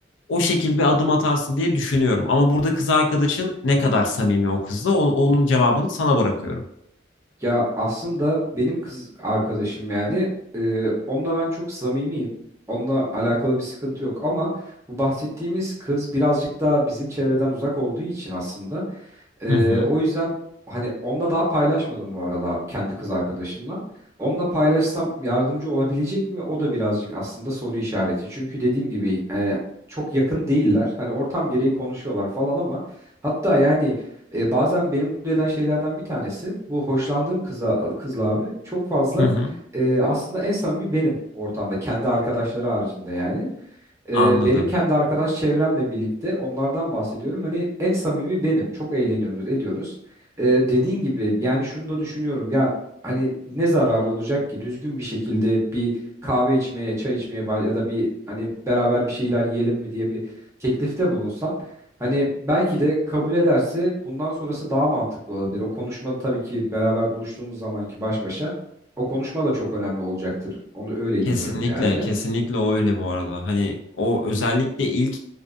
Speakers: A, on the left; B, on the right.
A: o şekil bir adım atarsın diye düşünüyorum. Ama burada kız arkadaşın ne kadar samimi o kızla o- onun cevabını sana bırakıyorum.
B: Ya aslında benim kız arkadaşım yani e, onunla ben çok samimiyim. Onunla alakalı bir sıkıntı yok ama bu bahsettiğimiz kız birazcık daha bizim çevreden uzak olduğu için aslında ee,
A: Hı hı.
B: o yüzden hani onunla daha paylaşmadım bu arada abi kendi kız arkadaşımla. Onunla paylaşsam yardımcı olabilecek mi? O da birazcık aslında soru işareti. Çünkü dediğim gibi e, çok yakın değiller. Hani ortam gereği konuşuyorlar falan ama hatta yani e, bazen beni mutlu eden şeylerden bir tanesi bu hoşlandığım kıza kızla abi çok fazla
A: Hı hı.
B: e, aslında en samimi benim ortamda kendi arkadaşları haricinde yani. Ee,
A: Anladım.
B: benim kendi arkadaş çevremle birlikte onlardan bahsediyorum. Hani en samimi benim. Çok eğleniyoruz, ediyoruz. Ee, dediğin gibi yani şunu da düşünüyorum. Ya hani ne zararı olacak ki düzgün bir şekilde bir kahve içmeye, çay içmeye ba- ya da bir hani beraber bir şeyler yiyelim mi diye bir teklifte bulunsam. Hani belki de kabul ederse bundan sonrası daha mantıklı olabilir. O konuşma tabii ki beraber buluştuğumuz zamanki baş başa o konuşma da çok önemli olacaktır. Onu öyle inanıyorum
A: Kesinlikle,
B: yani.
A: kesinlikle öyle bu arada. Hani o özellikle ilk